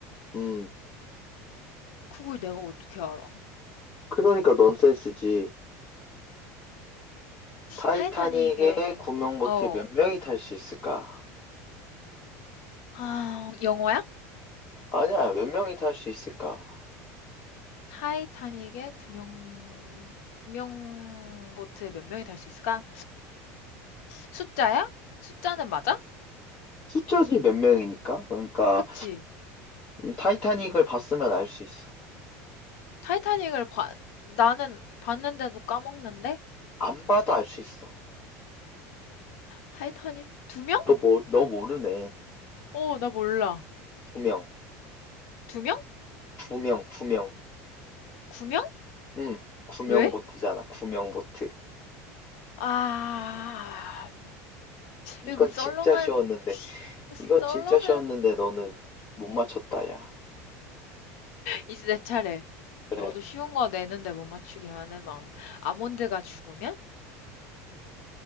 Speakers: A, on the left; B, on the left.
A: 음,
B: 그걸 내가 어떻게 알아?
A: 그러니까 넌센스지. 타이타닉에
B: 타이타닉에
A: 구명 보트에
B: 어.
A: 몇 명이 탈 수 있을까?
B: 아, 영어야?
A: 아니야, 몇 명이 탈 수 있을까?
B: 타이타닉에 구명 구명보트에 몇 명이 탈 수 있을까? 숫자야? 숫자는 맞아?
A: 숫자지 몇 명이니까. 그러니까
B: 그치?
A: 음, 타이타닉을 봤으면 알 수 있어.
B: 타이타닉을 봐 나는 봤는데도 까먹는데?
A: 안 봐도 알 수 있어.
B: 타이타닉 두 명?
A: 너 모, 너 모르네.
B: 어, 나 몰라.
A: 구명,
B: 두 명?
A: 구명, 구명.
B: 구 명?
A: 음, 구명
B: 왜?
A: 보트잖아. 구명 보트.
B: 아,
A: 이건
B: 이거 썰렁한
A: 진짜 쉬웠는데, 이건
B: 썰렁한
A: 진짜 쉬웠는데 너는 못 맞췄다, 야.
B: 이제 내 차례.
A: 그래.
B: 너도 쉬운 거 내는데 못 맞추기만 해봐. 아몬드가 죽으면?